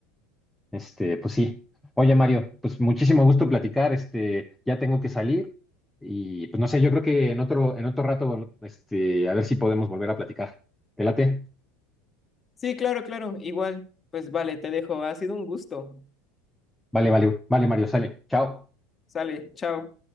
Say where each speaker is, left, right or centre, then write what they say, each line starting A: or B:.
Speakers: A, in the centre; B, on the left.
A: Este, pues sí. Oye, Mario, pues muchísimo gusto platicar. Este, ya tengo que salir y pues no sé, yo creo que en otro, en otro rato, este, a ver si podemos volver a platicar. ¿Te late?
B: Sí, claro, claro, igual. Pues vale, te dejo. Ha sido un gusto.
A: Vale, vale, vale, Mario, sale. Chao.
B: Sale, chao.